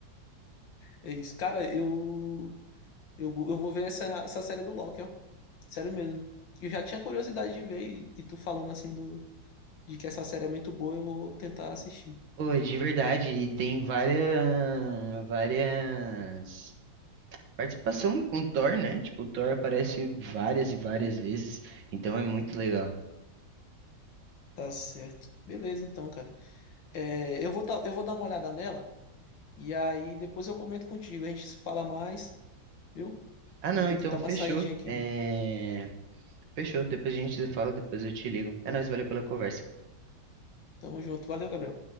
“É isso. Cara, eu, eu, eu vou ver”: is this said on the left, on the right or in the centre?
Left